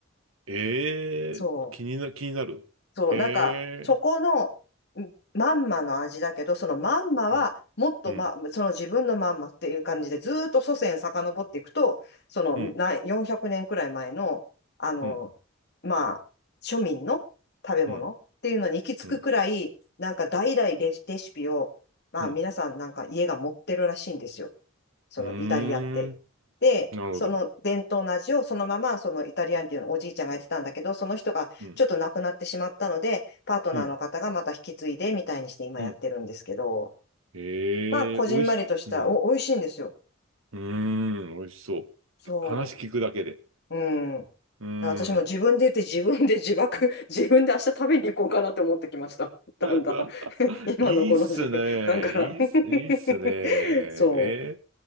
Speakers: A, on the right; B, on the left.
A: ええー気にな、
B: そう。
A: 気になる。
B: そう、
A: ええ
B: なんか、そこのんまんまの味だけど、そのまんまは、
A: ー
B: もっと、
A: うん、うん、
B: ま、その自分のまんまっていう感じで、ずーっと祖先遡っていくと、そのな400年くねんくらい前の、
A: うん、
B: あの、
A: うん、
B: まあ、庶民の食べ物っていうのに行き着くくらい、
A: うん、うん、
B: なんか代々レシ、レシピを、まあ皆さんなんか家が持ってるらしいんですよ。
A: うん。
B: そのイタリアって。
A: うーん、
B: で、
A: なるほど。
B: その伝統の味をそのまま、そのイタリアンっていうのをおじいちゃんがやってたんだけど、その人がちょっと亡くなってしまったので、
A: うん、
B: パートナーの方がまた引き継いでみたいにして今やってるんですけど、
A: うん、うん。ええーおいしい。
B: まあ、こじんまりとした、
A: うん、
B: お、美味しいんですよ。
A: うーん、おいしそう。
B: そ
A: 話聞くだけで。
B: う。うん。
A: うーん。
B: 私も自分で言って自分で自爆、<laughs> 自分で明日食べに行こうかなって思ってきました。だんだん
A: <laughs>
B: <laughs>。今のこの時間から
A: いいっすね。いいっす、いいっすね。えー
B: <laughs> そう。